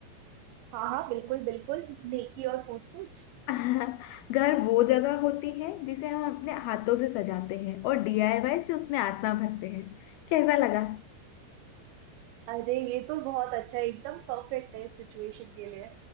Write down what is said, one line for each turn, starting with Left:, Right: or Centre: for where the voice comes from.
Right: हाँ हाँ बिल्कुल बिल्कुल नेकी और पूछ पूछ
Left: <laughs> घर वो जगह होती है जिसे हम अपने हाथों से सजाते हैं और डीआईवाई से उसमें आत्मा भरते हैं कैसा लगा
Right: अरे ये तो बहुत अच्छा है एकदम परफेक्ट है इस सिचुएशन के लिए